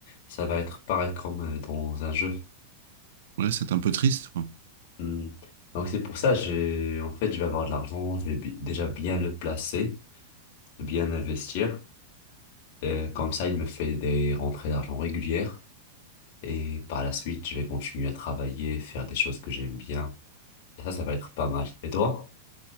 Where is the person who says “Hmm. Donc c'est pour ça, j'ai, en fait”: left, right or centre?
Left